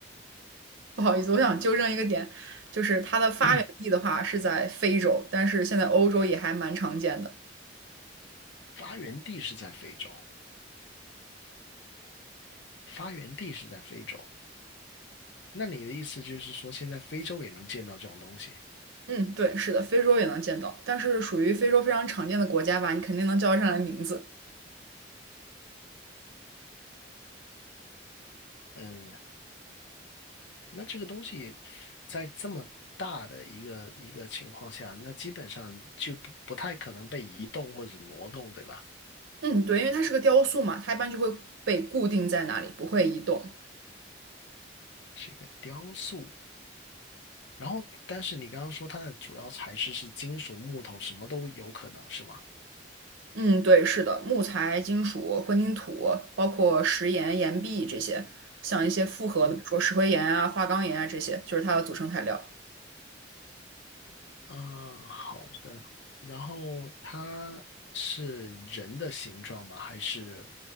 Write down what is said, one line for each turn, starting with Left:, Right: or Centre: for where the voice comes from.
Right: 不好意思，我想纠正一个点，就是它的发源地的话是在非洲，
Left: <coughs> <clears throat>
Right: 但是现在欧洲也还蛮常见的。
Left: 发源地是在非洲，发源地是在非洲。那你的意思就是说，现在非洲也能见到这种东西？
Right: 嗯，对，是的，非洲也能见到，但是属于非洲非常常见的国家吧，你肯定能叫得上来名字。
Left: 嗯，那这个东西在这么大的一个一个情况下，那基本上就不不太可能被移动或者挪动，对吧？
Right: 嗯，对，因为它是个雕塑嘛，它一般就会被固定在那里，不会移动。
Left: 是一个雕塑。然后，但是你刚刚说它的主要材质是金属、木头，什么都有可能，是吗？
Right: 嗯，对，是的，木材、金属、混凝土，包括石岩、岩壁这些，像一些复合的，
Left: 嗯
Right: 比如说石灰岩啊、花岗岩啊这些，就是它的组成材料。
Left: 嗯，好的。然后它是人的形状吗？还是